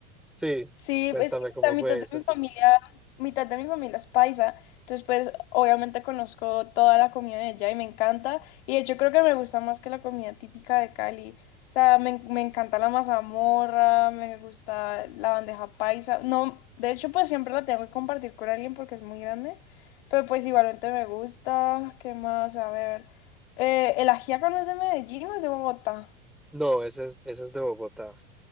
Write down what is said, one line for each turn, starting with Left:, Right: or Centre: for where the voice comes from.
Centre: Sí,
Left: Sí,
Centre: cuéntame
Left: es que
Centre: cómo
Left: la mitad
Centre: fue
Left: de
Centre: eso.
Left: mi familia, mitad de mi familia es paisa, entonces pues obviamente conozco toda la comida de allá y me encanta, y de hecho creo que me gusta más que la comida típica de Cali, o sea, me, en- me encanta la mazamorra, me gusta la bandeja paisa, no, de hecho pues siempre la tengo que compartir con alguien porque es muy grande, pero pues igualmente me gusta, ¿qué más? A ver, eh, ¿el ajiaco no es de Medellín o es de Bogotá?
Centre: No, ese es, ese es de Bogotá.